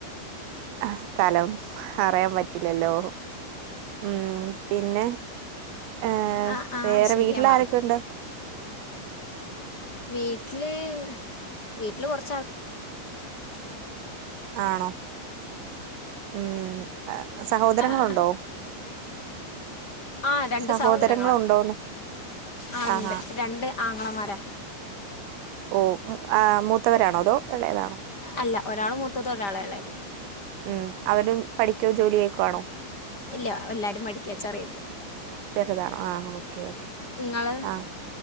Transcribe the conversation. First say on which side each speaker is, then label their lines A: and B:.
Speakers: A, on the right; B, on the left.
A: ആഹ് സ്ഥലം പറയാൻ പറ്റില്ലല്ലോ ഉം പിന്നെ ഏഹ്
B: ആഹ് ആഹ്
A: വേറെ
B: ശരിയാ
A: വീട്ടില
B: മറന്നുപോയി
A: ആരൊക്കെ ഉണ്ട്
B: വീട്ടില് വീട്ടില് കോർച്ചാൾ
A: ആണോ ഉം ആ, സഹോദരങ്ങളുണ്ടോ
B: ആഹ് ആഹ് രണ്ട്
A: സഹോദരങ്ങളുണ്ടോന്ന്
B: സഹോദരങ്ങളാ ആഹ്
A: ആഹാ
B: ഇണ്ട് രണ്ട് ആംഗളമാരാ
A: ഓഹ് ആഹ് മൂത്തവരാണോ അതോ ഇളയതാണോ
B: അല്ല ഒരാൾ മൂത്തത് ഒരാള് എളയത്
A: ഉം അവര പഠിക്കോ ജോലി ചെയ്യൊക്കെ ആണോ
B: ഇല്ല എല്ലാവരും പഠിക്കാച്ചറിയല്ല
A: ചെറുതാണോ ആഹ് ഓക്കേ ഓക്കെ
B: ഇങ്ങള്
A: ആഹ്